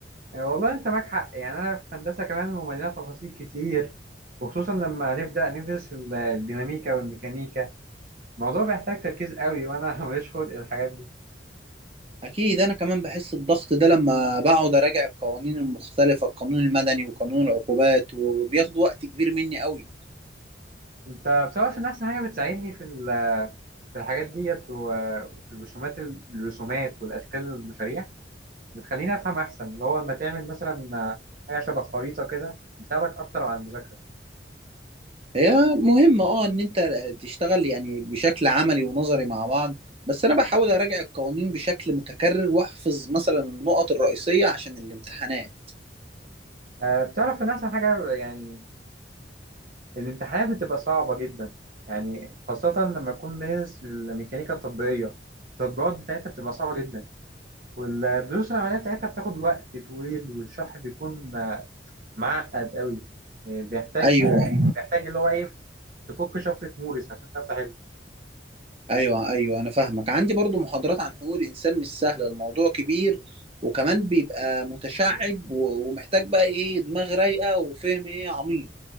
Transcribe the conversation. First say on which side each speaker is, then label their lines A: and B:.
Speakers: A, on the right; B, on the right.
A: آه، والله انت معاك حق يعني انا في هندسه كمان ومليانه تفاصيل كتير وخصوصا لما نبدا ندرس ال- الديناميكا والميكانيكا الموضوع بيحتاج تركيز قوي وانا <laughs> ماليش خلق الحاجات دي
B: اكيد انا كمان بحس الضغط ده لما بقعد اراجع القوانين المختلفه القانون المدني وقانون العقوبات وبياخد وقت كبير مني قوي
A: انت بصراحه ان احسن حاجه بتساعدني في ال- في الحاجات ديت والرسومات الرسومات والاشكال والمشاريع بتخليني افهم احسن اللي هو لما تعمل مثلا آه، حاجه شبه خريطه كده بتساعدك اكتر على المذاكره
B: هي مهمه اه ان انت تشتغل يعني بشكل عملي ونظري مع بعض بس انا بحاول اراجع القوانين بشكل متكرر واحفظ مثلا النقط الرئيسيه عشان الامتحانات
A: آه، بتعرف ان احسن حاجه يعني الامتحانات بتبقى صعبة جدا يعني خاصة لما يكون بندرس الميكانيكا التطبيقية التطبيقات بتاعتها بتبقى صعبة جدا والدروس العملية بتاعتها بتاخد وقت طويل والشرح بيكون معقد قوي يعني بيحتاج
B: ايوه أيوه.
A: بيحتاج اللي هو ايه تفك شفرة مورس عشان تعرف تحل
B: ايوه ايوه انا فاهمك عندي برضو محاضرات عن حقوق الانسان مش سهله الموضوع كبير وكمان بيبقى متشعب و- ومحتاج بقى ايه دماغ رايقه وفهم ايه عميق